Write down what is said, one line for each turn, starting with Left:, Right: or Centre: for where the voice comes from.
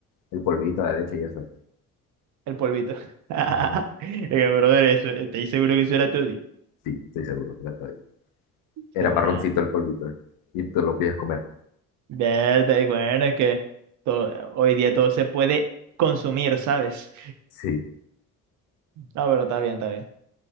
Left: El polvito, la leche y eso.
Right: el polvito. <laughs>
Left: Ujú.
Right: Es que, brother, eso, estoy seguro que eso era todo.
Left: Sí, estoy seguro que era toddy. Era
Right: Se la...
Left: marroncito el polvito. eh, Y te lo pides comer.
Right: Verdad, y bueno, es que todo- hoy día todo se puede consumir, ¿sabes?
Left: Sí,
Right: No, pero está bien, está bien.